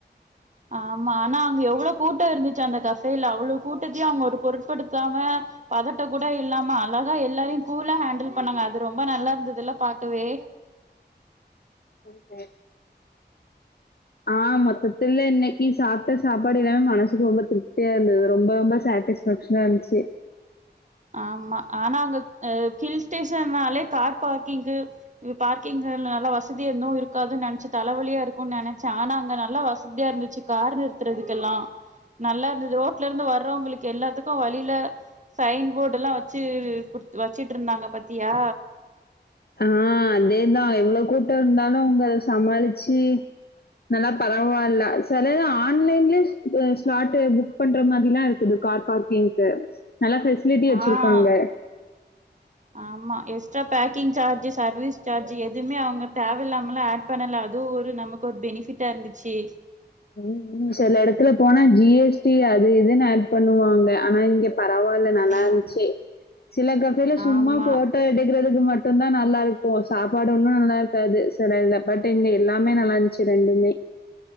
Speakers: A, on the right (about 45°); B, on the left (about 60°).
A: ஆமா ஆனா அவங்க எவ்வளவு கூட்டம் இருந்துச்சு அந்த கசையில அவ்வளவு கூட்டத்தையும் அவங்க ஒரு பொருட்படுத்தாம பதட்ட கூட இல்லாம அழகா எல்லாரையும் கூல ஹேண்டில் பண்ணாங்க அது ரொம்ப நல்லா இருந்ததுல்ல பாக்கவே
B: ஃபில் கேப் ஆஹ் மொத்தத்துல இன்னைக்கு சாப்பிட்ட சாப்பாடு எல்லாமே மனசுக்கு ரொம்ப திருப்தியா இருந்தது ரொம்ப ரொம்ப சாட்டிஸ்பேக்ஷனா இருந்துச்சு
A: ஆமா ஆனா அங்க அஹ் ஹில் ஸ்டேஷன்னாலே கார் பார்க்கிங்கு பார்க்கிங்க நல்லா வசதி இருந்தும் இருக்காதுனு நினைச்சு தலைவலியா இருக்கும்ன்னு நினைச்சேன் ஆனாங்க நல்லா வசதியா இருந்துச்சு கார் நிறுத்துறதுக்கெல்லாம் நல்லா இருந்துது ரோட்ல இருந்து வர்றவங்களுக்கு எல்லாத்துக்கும் வழியில சைன் போர்ட எல்லாம் வச்சு குடு வச்சுட்டு இருந்தாங்க பத்தியா
B: ஆஹ் அதேதான் எவ்வளவு கூட்டம் இருந்தாலும் அவங்க அத சமாளிச்சு நல்லா பரவாயில்ல சிலது ஆன்லைன்லயே ஸ்பாட்டு் புக் பண்ற மாதிரிலாம் இருக்குது கார் பார்க்கிங்க்கு நல்லா ஃபெசிலிட்டி வச்சிருக்காங்க.
A: ஆஹ் ஆமா எஸ்டாபேக்கிங் சார்ஜி சர்வீஸ் சார்ஜ் எதுவுமே அவங்க தேவையில்லாமல ஆட் பண்ணல அதுவும் ஒரு நமக்கு ஒரு பெனிபிட்டா இருந்துச்சு
B: உ சில இடத்துல போனா ஜிஎஸ்டி அது இதுன்னு ஆட் பண்ணுவாங்க ஆனா இங்க <unintelligible>
A: ஆமா
B: சில கஃபேயில சும்மா
A: ஆமா
B: போட்டோ எடுக்கிறது இக்கு மட்டும் தான் நல்லா இருக்கும் சாப்பாடு ஒன்னும் நல்லா இருக்காது சில இல பட் இங்க எல்லாமே நல்லா இருந்துச்சு ரெண்டுமே